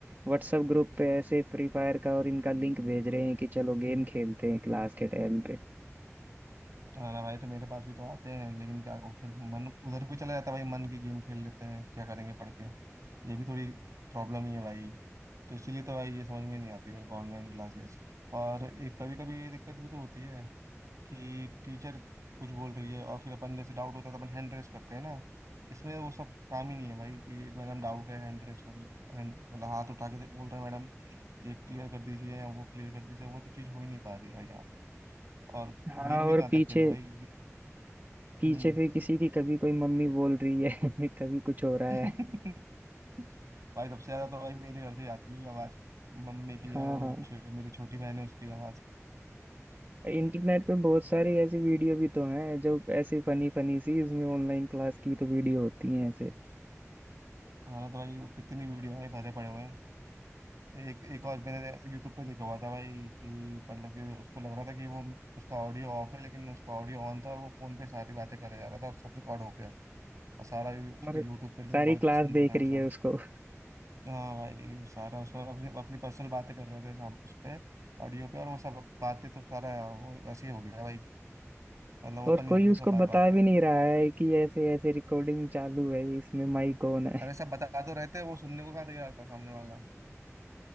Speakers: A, on the right; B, on the right.
A: व्हाट्सएप ग्रुप पे ऐसे फ्री फायर का और इनका लिंक भेज रहे हैं कि चलो गेम खेलते हैं क्लास के टाइम पे
B: <laughs> हाँ ना भाई तो मेरे पास भी तो आते हैं लेकिन क्या फिर मन उधर भी चला जाता है भाई मन की गेम खेल लेते हैं क्या करेंगे पढ़ के ये भी थोड़ी प्रॉब्लम ही है भाई तो इसीलिए तो भाई ये समझ में नहीं आती मेरे को ऑनलाइन क्लासेस और एक कभी कभी ये दिक्कत भी तो होती है कि टीचर कुछ बोल रही है और फिर अपन जैसे डाउट होता है तो अपन हैंड रेस करते हैं ना तो इसमें वो सब काम ही नहीं है भाई कि मैडम डाउट है हैंड रेस करने hand- मतलब हाथ उठा के दे- बोल रहे हैं मैडम ये क्लियर कर दीजिए या वो क्लियर कर दीजिए वो तो चीज़ हो ही नहीं पा रही है भाई यहाँ पे और
A: हाँ
B: गेम भी
A: और
B: कहाँ
A: पीछे
B: तक खेला भाई गे-
A: पीछे
B: हम्म
A: फिर किसी की कभी कोई मम्मी बोल रही है <laughs> कभी कुछ हो रहा
B: <laughs>
A: है
B: भाई सबसे ज्यादा तो भाई मेरे घर से ही आती है आवाज मम्मी की
A: हाँ
B: या वो
A: हाँ
B: छ- मेरी छोटी बहन है उसकी आवाज
A: इंटरनेट पे बहुत सारी ऐसी वीडियो भी तो हैं जो ऐसी फनी फनी सी इसमें ऑनलाइन क्लास की तो वीडियो होती हैं ऐसे
B: हाँ ना तो भाई वो कितनी वीडियो है भरे पड़े हुए हैं एक एक और मैंने यूट्यूब पे देखा हुआ था भाई कि मतलब कि उसको लग रहा था कि वो उसका ऑडियो ऑफ है लेकिन उसका ऑडियो ऑन था और वो फोन पे सारी बातें करे जा रहा था और सब रिकॉर्ड हो गया और सारा यू- उस
A: और
B: पे यूट्यूब पे लोग
A: सारी
B: बात
A: क्लास
B: सुन
A: देख
B: रहे हैं
A: रही
B: सब
A: है उसको
B: हाँ भाई सारा उसको अपनी अपनी पर्सनल बातें कर रहे थे साम उस पे ऑडियो पे और वो सब बातें तो सारा वो वैसे ही हो गया भाई मतलब ओपन
A: और
B: ही
A: कोई
B: हो गई
A: उसको
B: वो सब
A: बता
B: बा- बातें
A: भी नहीं रहा है कि ऐसे ऐसे रिकॉर्डिंग चालू है इसमें माइक ऑन है
B: अरे सब बता तो रहे थे वो सुनने को कहाँ तैयार था सामने वाला